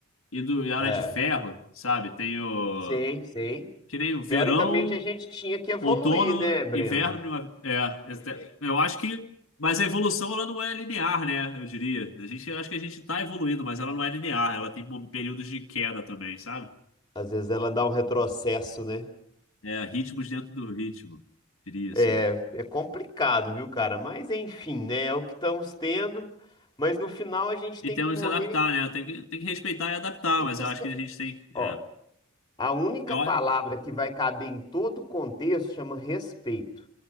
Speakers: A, on the left; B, on the left.
A: e do e a
B: é.
A: era de ferro, sabe? Tem o.
B: Sei, sei.
A: Que nem o verão,
B: Teoricamente a gente tinha que evoluir,
A: outono,
B: né, Breno?
A: inverno, primavera. É, este- eu acho que. Mas a evolução, ela não é linear, né? Eu diria. A gente, eu acho que a gente tá evoluindo, mas ela não é linear. Ela tem períodos de queda também, sabe?
B: Às vezes ela dá um retrocesso, né?
A: É, ritmos dentro do ritmo, diria assim.
B: É é complicado, viu, cara? Mas enfim, né? É o que estamos tendo. Mas no final a gente
A: E
B: tem
A: temos
B: que morrer.
A: que se adaptar, né? Tem que, tem que respeitar e adaptar,
B: Tem
A: mas
B: que respeitar.
A: eu acho que a gente tem. É.
B: Ó, a única
A: Eu,
B: palavra
A: acho-
B: que vai caber em todo contexto chama respeito.